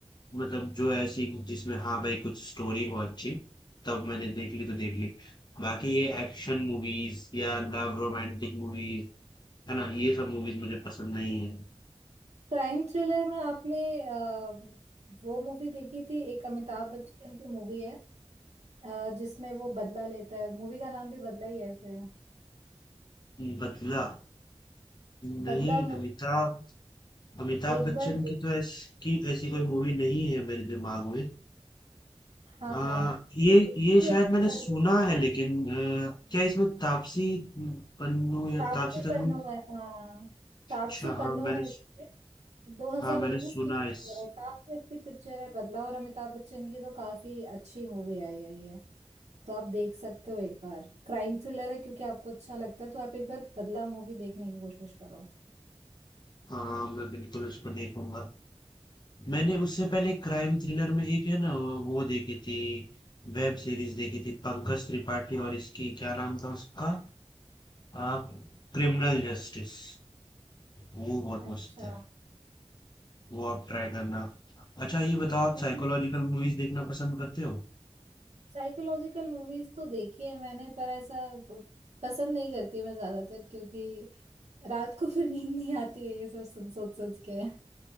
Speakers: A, on the left (about 40°); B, on the right (about 80°).
A: मतलब जो ऐसी जिसमें हाँ भाई कुछ स्टोरी हो अच्छी तब मैंने देख ली तो देख ली बाकी ये एक्शन मूवीज या लव रोमांटिक मूवीज है ना ये सब मूवीज मुझे पसंद नहीं है
B: क्राइम थ्रिलर में आपने अ, वो मूवी देखी थी एक अमिताभ बच्चन की मूवी है अ, जिसमें वो बदला लेता है मूवी का नाम भी बदला ही ऐसे है
A: बदला नहीं
B: बदला मु-
A: अमिताभ अमिताभ
B: एक
A: बच्चन
B: बार दे-
A: की तो ऐसी की ऐसी कोई मूवी नहीं है मेरे दिमाग में
B: हाँ
A: आ, ये
B: तो बहुत
A: ये
B: ही
A: शायद
B: अच्छी
A: मैंने
B: movie
A: सुना
B: है।
A: है लेकिन अ, क्या इसमें तापसी पन्नू या
B: तापसी
A: तापसी
B: पन्नू
A: तन्नू
B: है हाँ तापसी
A: अच्छा
B: पन्नू
A: हाँ मैंने
B: है इसमें 2019
A: हाँ मैंने सुना
B: की पिक्चर
A: है इस
B: है काफी अच्छी पिक्चर है बदला और अमिताभ बच्चन की तो काफी अच्छी मूवी आई है ये तो आप देख सकते हो एक बार क्राइम थ्रिलर है क्योंकि आपको अच्छा लगता है तो आप एक बार बदला मूवी देखने की कोशिश करो
A: हाँ मैं बिल्कुल उसको देखूंगा मैंने उससे पहले क्राइम थ्रिलर में एक है ना वो देखी थी वेब सीरीज देखी थी पंकज त्रिपाठी और इसकी क्या नाम था उसका आ, क्रिमिनल जस्टिस वो बहुत
B: अच्छा
A: मस्त है वो आप ट्राई करना अच्छा ये बताओ आप
B: नहीं
A: साइकोलॉजिकल मूवीज देखना पसंद करते हो
B: साइकोलॉजिकल मूवीज तो देखी है मैंने पर ऐसा प- पसंद नहीं करती मैं ज्यादातर क्योंकि रात को फिर नींद नहीं आती है ये सब सुन सोच सोच के